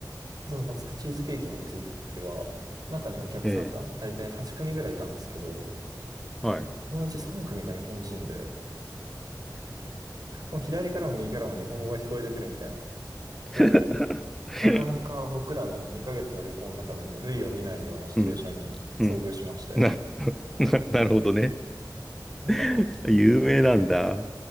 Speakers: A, on the right; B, in the centre.
A: そのバスクチーズケーキのお店行った時は、中にお客さんが大体8組ぐらいいたんですけど、
B: ええ。はい。
A: そのうち3組が日本人で、もう左からも右からも日本語が聞こえてくるみたいな、こ
B: <laughs>
A: なかなか僕らの2ヶ月の旅行の中でも類を見ないようなシチュエーションに遭遇しまして、
B: うん。うん。な、<laughs> な、なるほどね。
A: なんか、
B: <laughs> 有名なんだ。